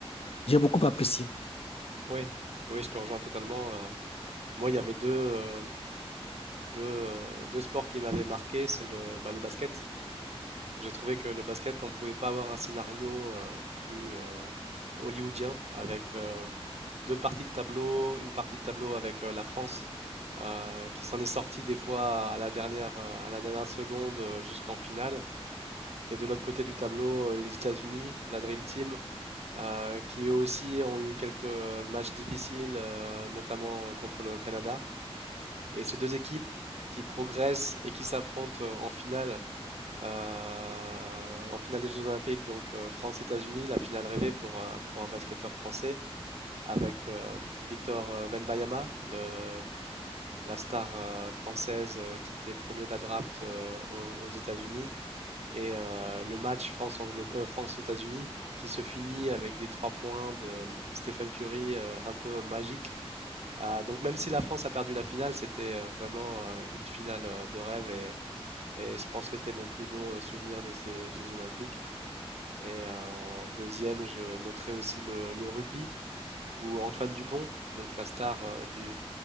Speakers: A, on the left; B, on the right.
A: j'ai beaucoup apprécié.
B: Oui, oui, je te rejoins totalement. euh. moi, il y avait deux. euh, Deux, euh, deux sports qui m'avaient marqué, c'est le, bah, le basket. J'ai trouvé que le basket, on pouvait pas avoir un scénario euh, plus euh, hollywoodien avec euh, deux parties de tableau, une partie de tableau avec euh, la France euh, qui s'en est sortie des fois à la dernière, euh, à la dernière seconde euh, jusqu'en finale. Et de l'autre côté du tableau, euh, les États-Unis, la Dream Team, euh, qui eux aussi ont eu quelques matchs difficiles, euh, notamment contre le Canada. Et ces 2 équipes qui progressent et qui s'affrontent, heu, en finale, heu, en finale des Jeux olympiques, donc heu, France-États-Unis, la finale rêvée pour un pour un basketteur français avec, hem, Victor, heu, Wembanyama, le la star, heu, française, heu, qui était premier de la draft, heu, aux aux États-Unis et heu, le match France-Anglet heu, France-États-Unis qui se finit avec des 3 points de, hem, Stephen Curry, heu, un peu magiques euh, donc même si la France a perdu la finale, c'était euh, vraiment euh, une finale euh, de rêve et, et je pense que c'était mon plus beau euh, souvenir de ces Jeux Olympiques. Et euh, en deuxième, je noterai aussi le, le rugby où Antoine Dupont, donc la star euh, du,